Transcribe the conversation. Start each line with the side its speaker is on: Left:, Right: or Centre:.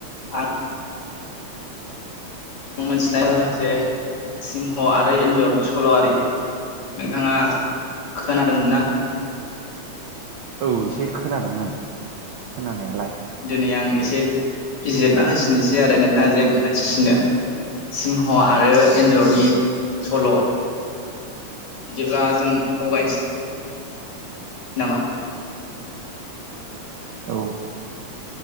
Left: आं आं मिथिनाय जे सिंह आरो एनजरनि सल' आरि बे नोंथाङा खोनादोंमोनना?
Right: औ इसे खोनादोंमोन खोनानायालाय
Left: दिनै आं एसे बिजिरना होसिननोसै आरो नोंथाङा जे मोनथिसिनो सिंह आरो एन्जरनि सल' बिदिब्ला जों आवगायनोसै नामा
Right: औ